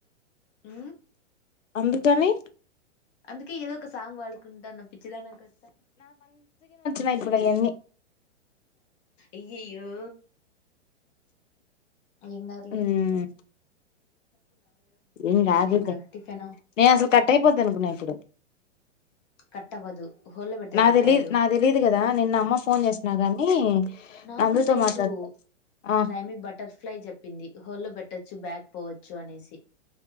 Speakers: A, on the left (about 30°); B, on the left (about 85°).
A: అ
B: అందుకని
A: అందుకే ఏదో ఒ సాంగ్ వాడుకుంటున్న పిచ్చిదనాకట్టా
B: నాయి కూడా ఈయన్ని
A: అయ్యయ్యో ఇంగద్లే
B: మ్మ్ ఏం కాదుతే
A: ఇంకా టిఫిన్
B: నేను అసలు కట్ అయిపోధీ అనుకున్నా ఇప్పుడు
A: కట్టవదు హోల్లో పెడితే
B: నా
A: కట్టవదు
B: తెలీదు నా తెలీదు కదా నిన్న అమ్మ ఫోన్ చేసినా గాని
A: నాకు
B: నందుతో
A: కూడా తెలీదు
B: మాట్లాడుత ఆ
A: దాయమి బటర్ఫ్లై చెప్పింది హోలో పెట్ట చ్చు బబ్యాక్ పోవచ్చు అనేసి